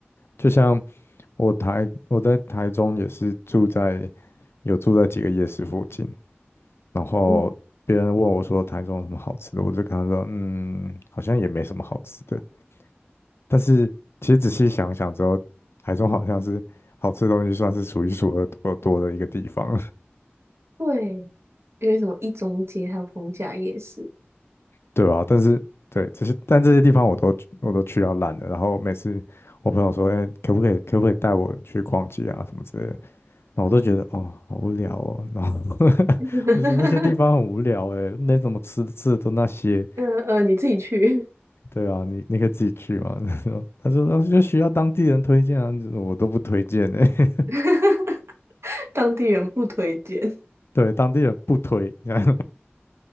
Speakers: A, on the left; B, on the right.
A: 就像我台我在台中也是住在有住在几个夜市附近，然后别人问我说台中有什么好吃的，
B: 嗯，
A: 我就跟他说，嗯，好像也没什么好吃的。但是其实仔细想想之后，台中好像是好吃的东西算是数一数二多多的一个地方。
B: 对，因为什么一中街还有逢甲夜市，
A: 对吧？但是对这些，但这些地方我都我都去到烂了。然后每次我朋友说：“哎、可不可以可不可以带我去逛街啊什么之类的？”那我都觉得哦，好无聊哦。然后 <laughs>
B: <laughs>
A: 就是那些地方很无聊哎，没怎么吃的吃的都那些。
B: 嗯呃，你自己去，
A: 对啊，你你可以自己去嘛。<laughs> 他说他说哦就需要当地人推荐啊，我都不推荐哎。<laughs>
B: <laughs> 当地人不推荐。
A: 对，当地人不推，<laughs> 你看，